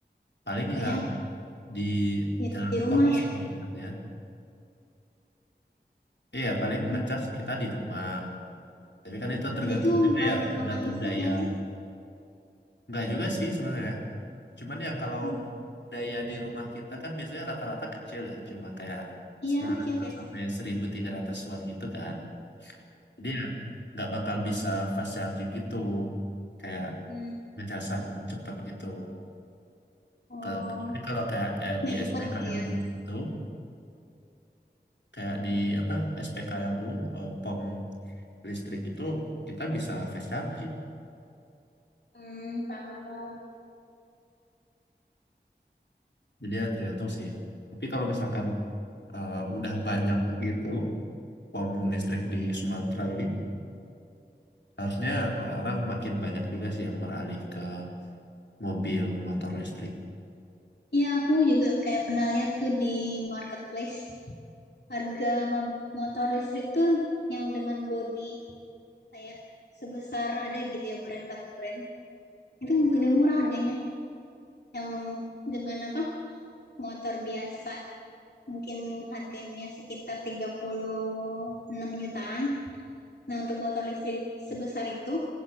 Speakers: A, on the left; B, on the left.
A: Paling
B: Banyak
A: ya di
B: ya,
A: jalan
B: di rumah
A: tol
B: ya.
A: sih yang banyaknya. Iya paling ngecas
B: Hmm.
A: kita di rumah. Tapi kan itu tergantung
B: Dan itu
A: juga
B: banyak
A: ya, tergantung
B: makan listrik
A: daya.
B: nggak sih?
A: Enggak juga sih sebenarnya. Cuman ya kalau
B: Hmm.
A: daya di rumah kita kan biasanya rata-rata kecil ya, cuma kayak
B: Iya
A: sembilan
B: kecil
A: ratus
B: kayak
A: sampai
B: situ.
A: 1300 watt gitu kan. Jadi ya nggak bakal bisa fast charging gitu, kayak
B: Hmm.
A: ngecasan cepet gitu.
B: Oh,
A: Kalau- Jadi kalau kayak eh,
B: nggak
A: di
B: cepat
A: SPKLU
B: gitu ya.
A: itu, kayak di apa SPKLU eh, pom listrik itu kita bisa fast charging.
B: Hmm, paham paham.
A: Jadi ya tergantung sih. Tapi kalau misalkan eh, udah banyak gitu pom listrik di Sumatera ini Harusnya orang-orang makin banyak juga sih yang beralih ke mobil motor listrik.
B: Iya aku juga kayak pernah lihat tuh di marketplace harga mo- motor listrik tuh yang dengan bodi kayak sebesar ada gitu ya brand satu brand itu lebih murah harganya yang dengan apa motor biasa mungkin harganya sekitar tiga puluh enam jutaan nah untuk motor listrik sebesar itu